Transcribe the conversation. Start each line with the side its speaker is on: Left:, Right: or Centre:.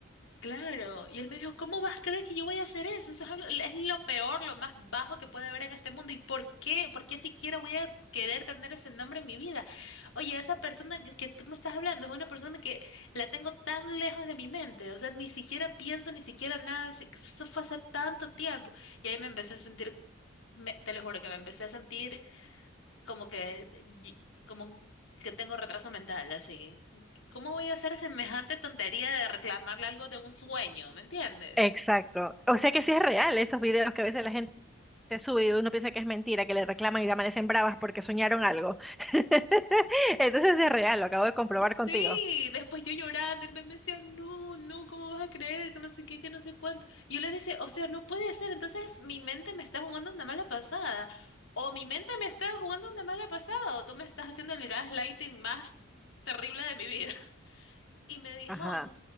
Left: Claro, y él me dijo, ¿cómo vas a creer que yo voy a hacer eso? Eso es, algo- es lo peor, lo más bajo que puede haber en este mundo. ¿Y por qué? ¿Por qué siquiera voy a querer tener ese nombre en mi vida? Oye, esa persona que que tú me estás hablando es una persona que la tengo tan lejos de mi mente, o sea, ni siquiera pienso, ni siquiera nada, si- eso fue hace tanto tiempo. Y ahí me empecé a sentir, me- te lo juro que me empecé a sentir como que, y- como que tengo retraso mental, así. ¿Cómo voy a hacer semejante tontería de reclamarle algo de un sueño? ¿Me entiendes?
Centre: Exacto. O sea que sí es real esos videos que a veces la gente sube y uno piensa que es mentira, que le reclaman y amanecen bravas porque soñaron algo. <laughs> Entonces sí es real, lo acabo de comprobar
Left: Sí,
Centre: contigo.
Left: después yo llorando, él me me decía, no, no, ¿cómo vas a creer? Que no sé qué, que no sé cuánto. Y yo le decía, o sea, no puede ser, entonces mi mente me está jugando una mala pasada, o mi mente me está jugando una mala pasada, o tú me estás haciendo el gaslighting más terrible de mi vida. Y me dijo,
Centre: Ajá.
Left: no,